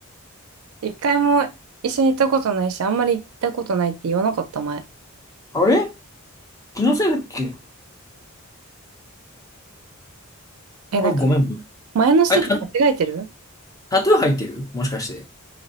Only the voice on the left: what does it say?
あれ気のせいだっけ
あ、
ごめん。
あ、タ、タトゥー入ってるもしかして。